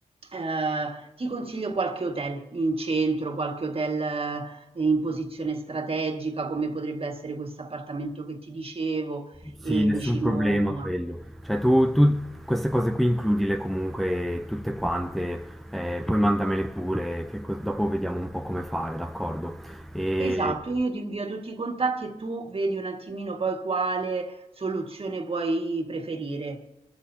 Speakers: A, on the right (about 40°); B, in the centre.
A: eh, ti consiglio qualche hotel in centro, qualche hotel eh, in posizione strategica, come potrebbe essere questo appartamento che ti dicevo,
B: Sì,
A: e
B: nessun
A: vicino
B: problema quello.
A: a
B: Cioè tu, tu queste cose qui includile comunque tutte quante, eh, poi mandamele pure, che co- dopo vediamo un po' come fare, d'accordo? E
A: Esatto, io ti invio tutti i contatti e tu vedi un attimino poi quale soluzione puoi preferire.